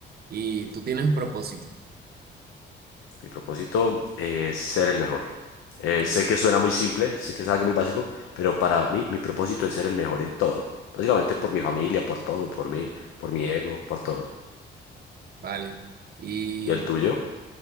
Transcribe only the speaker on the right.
Y tú tienes un propósito.
Sí.
Vale. Y